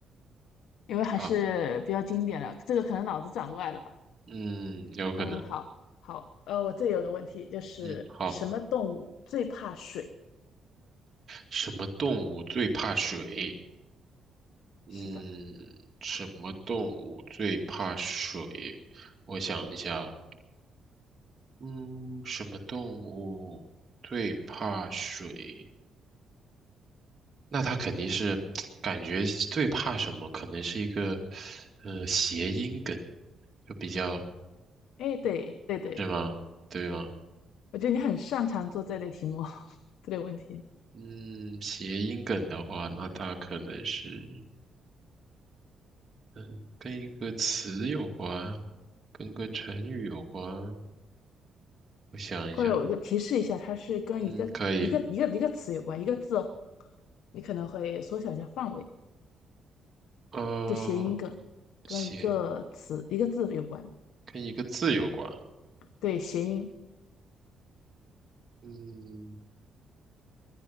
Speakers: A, on the left; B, on the right.
A: 因为还是比较经典的，
B: 好，
A: 这个可能脑子转不过来了吧？
B: 嗯，有可能。
A: 嗯，好，好，呃，我这里有个问题，就是什么动物最怕水？
B: 嗯，好，什么动物最怕水？嗯，
A: 是的，
B: 什么动物最怕水？我想一下，嗯，什么动物最怕水？那它肯定是 <tsk> 感觉最怕什么？可能是一个呃谐音梗，就比较，
A: 哎，对，对对，
B: 是吗？对吗？
A: 我觉得你很擅长做这类题目，<laughs> 这类问题，
B: 嗯，谐音梗的话，那它可能是嗯跟一个词有关，跟个成语有关。我想一想，
A: 或者我个提示一下，它是跟一个一个一个一个词有关，
B: 嗯，可以，
A: 一个字哦，你可能会缩小一下范围，
B: 呃。
A: 就谐音梗，跟一个词一个字有关，
B: 写跟一个字有关。
A: 对，谐音，
B: 嗯，